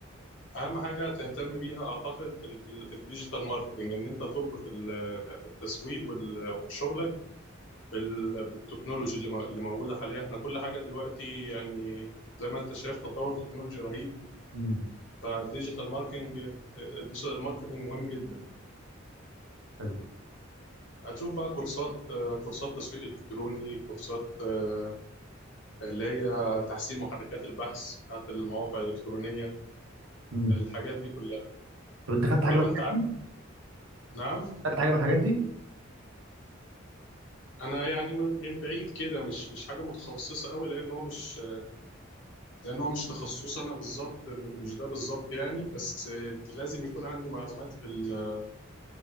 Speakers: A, on the left (about 65°); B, on the right (about 80°).
A: اهم حاجه تهتم بيها اعتقد ال- الديجيتال ماركتنج ان انت تربط ال- التسويق وال- وشغلك بال- بالتكنولوجي اللي م- اللي موجوده حاليا احنا كل حاجه دلوقتي يعني زي ما انت شايف تطور تكنولوجي رهيب
B: مم.
A: فالديجيتال ماركتنج الديجيتال ماركتنج مهم جدا
B: حلو
A: هتشوف بقى كورسات آه، كورسات تسويق الكتروني كورسات آه، اللي هي تحسين محركات البحث بتاعت المواقع الإلكترونية
B: مم.
A: الحاجات دي كلها
B: طب انت خدت حاجه
A: ولو
B: من الحاجات
A: أنت عارف
B: دي؟
A: نعم
B: خدت حاجه من الحاجات دي؟
A: أنا يعني من من بعيد كده مش مش حاجة متخصصة قوي لأن هو مش لأن هو مش تخصص أنا بالظبط م- مش ده بالظبط يعني بس لازم يكون عندي معلومات في ال-